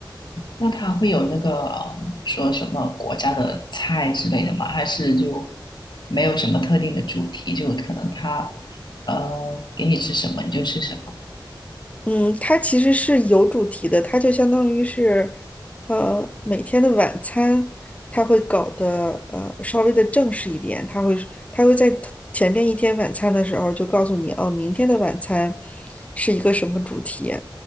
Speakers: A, on the left (about 65°); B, on the left (about 15°).
A: 那它会有那个嗯，说什么国家的菜之类的吗？还是就没有什么特定的主题？就可能它呃给你吃什么你就吃什么。
B: 嗯，它其实是有主题的，它就相当于是，呃，每天的晚餐，它会搞得呃稍微的正式一点，它会它会在 t- 前面一天晚餐的时候就告诉你，哦，明天的晚餐是一个什么主题，